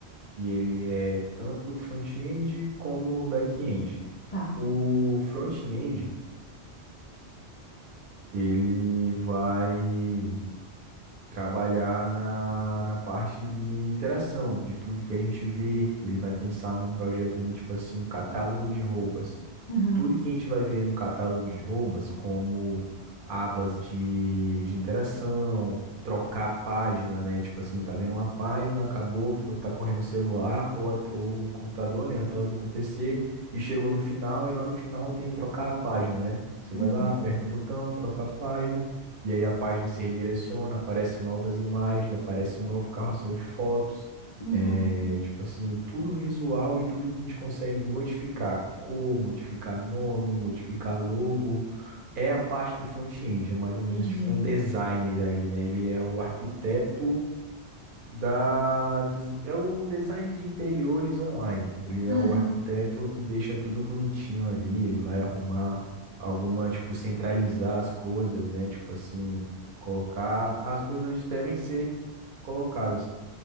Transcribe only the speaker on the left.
Tá.
Uhum,
uhum,
uhum.
Entendi.
Uhum,